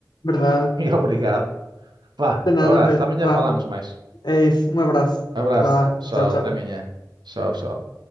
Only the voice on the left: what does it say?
Verdade.
De nada,
Pedro.
Vá,
é isso. Um abraço.
Vá,
tchau, tchau.